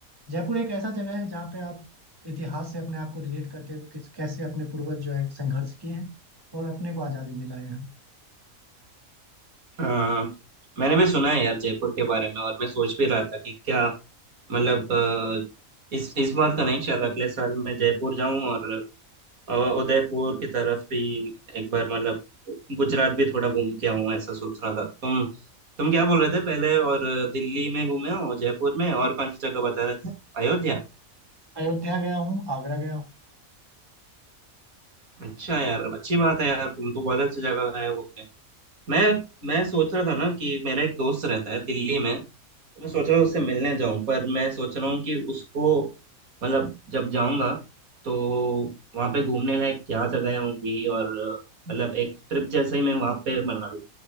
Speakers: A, on the right; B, on the right.
A: जयपुर एक ऐसा जगह है जहाँ पे आप इतिहास से अपने आप को रिलेट करते हुए किस कैसे अपने पूर्वज जो है संघर्ष किए हैं और अपने को आज़ादी दिलाए हैं
B: अ, मैंने भी सुना है यार जयपुर के बारे में और मैं सोच भी रहा था कि क्या मतलब अ, इस इस बार तो नहीं शायद अगले साल मैं जयपुर जाऊं और अ, उदयपुर की तरफ भी एक बार मतलब गुजरात भी थोड़ा घूम के आऊँ ऐसा सोच रहा था तुम तुम क्या बोल रहे थे पहले और दिल्ली में घूमे हो जयपुर में और कौन सी जगह बता रहे थे अयोध्या
A: अयोध्या गया हूँ आगरा गया हूँ
B: अच्छा यार अच्छी बात है यार तुम तो बहुत अच्छी जगह गए घूमने मैं मैं सोच रहा था ना कि मेरा एक दोस्त रहता है दिल्ली में तो मैं सोच रहा हूँ उससे मिलने जाऊं पर मैं सोच रहा हूँ कि उसको मतलब जब जाऊंगा तो वहां पे घूमने लायक क्या जगह होंगी और मतलब एक ट्रिप जैसे ही मैं वहां पे मना लूं